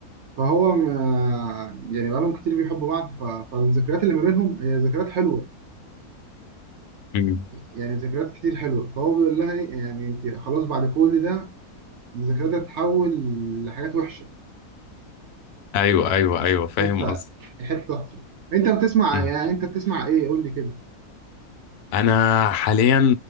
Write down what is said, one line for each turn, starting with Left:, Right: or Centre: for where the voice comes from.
Right: فهو آه، يعني بقالهم كتير بيحبوا بعض ف- فالذكريات اللي ما بينهم هي ذكريات حلوه
Left: امم
Right: يعني ذكريات كتير حلوه فهو بيقول لها ايه يعني انت خلاص بعد كل ده الذكريات هتتحول لحاجات وحشه
Left: ايوه ايوه ايوه فاهم
Right: حته
Left: قصدي
Right: حته وحشه انت بتسمع
Left: أمم.
Right: يعني انت بتسمع ايه قول لي كده
Left: انا حاليا